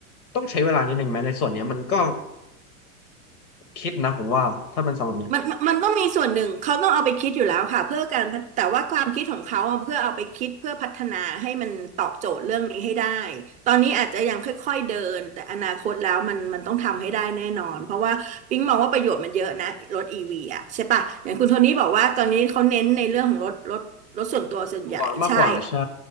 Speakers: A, on the left (about 80°); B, on the right (about 20°).
A: ต้องใช้เวลานิดนึงไหมในส่วนเนี้ยมันก็คิดนะผมว่าถ้าเป็นสำหรับเนี้ย
B: มันมันมันต้องมีส่วนหนึ่งเขาต้องเอาไปคิดอยู่แล้วค่ะเพื่อการพัฒแต่ว่าความคิดของเขาอะเพื่อเอาไปคิดเพื่อพัฒนาให้มันตอบโจทย์เรื่องนี้ให้ได้ตอนนี้อาจจะยังค่อยๆเดินแต่อนาคตแล้วมันมันต้องทำให้ได้แน่นอนเพราะว่าปิ๊งมองว่าประโยชน์มันเยอะนะรถอีวีอะใช่ปะอย่างคุณโทนี่บอกว่าตอนนี้เขาเน้นในเรื่องของรถรถรถส่วนตัวส่วนใหญ่ใช่
A: ตัวมากกว่าใช่